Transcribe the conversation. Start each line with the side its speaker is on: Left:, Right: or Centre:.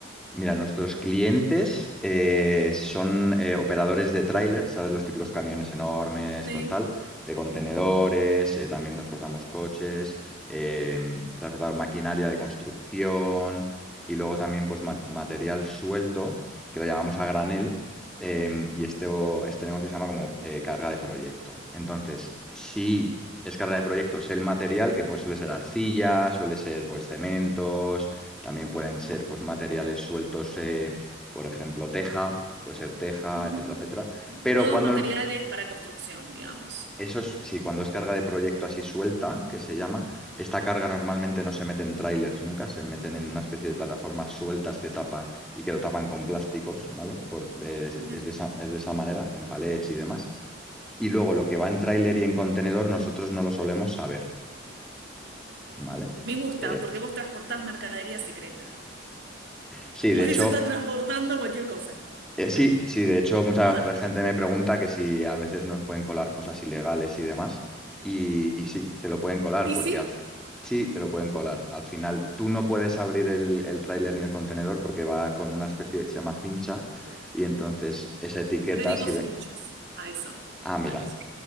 Centre: Mira, nuestros clientes eh, son eh, operadores de tráiler, ¿sabes? Los típicos camiones enormes
Right: Sí.
Centre: con tal, de contenedores, eh, también transportamos coches, eh, transportamos maquinaria de construcción y luego también pues, ma- material suelto, que lo llamamos a granel, eh, y este, o- este negocio se llama como eh, carga de proyecto. Entonces, si es carga de proyecto, es el material que pues, suele ser arcilla, suele ser pues, cementos también pueden ser pues, materiales sueltos, eh, por ejemplo, teja, puede ser teja,
Right: ujú.
Centre: etcétera, etcétera. Pero
Right: Todos
Centre: cuando
Right: materiales
Centre: el-
Right: para construcción, digamos.
Centre: eso es, sí, cuando es carga de proyecto así suelta, que se llama, esta carga normalmente no se mete en trailers nunca, se meten en una especie de plataformas sueltas que tapan y que lo tapan con plásticos, ¿vale? Por- es,
Right: Mira.
Centre: es de esa, es de esa manera, en palets y demás. Y luego lo que va en tráiler y en contenedor, nosotros no lo solemos saber, ¿vale?
Right: Ah, ok. Me gusta,
Centre: Eh,
Right: porque vos transportás mercadería secreta. <laughs>
Centre: sí,
Right: Podés
Centre: de hecho,
Right: estar transportando cualquier cosa.
Centre: Eh,
Right: Me encanta.
Centre: sí, sí, de hecho
Right: Pero
Centre: mucha
Right: vos das todo.
Centre: gente me pregunta que si a veces nos pueden colar cosas ilegales y demás, y, y sí, te lo pueden colar,
Right: Y
Centre: porque
Right: sí,
Centre: al, sí, te lo pueden colar. Al final tú no puedes abrir el, el tráiler ni el contenedor porque va con una especie, se llama cincha,
Right: Col-
Centre: y entonces
Right: Yo
Centre: esa etiqueta
Right: le digo
Centre: si
Right: sunchos
Centre: ve,
Right: a eso,
Centre: ah, mira,
Right: a los...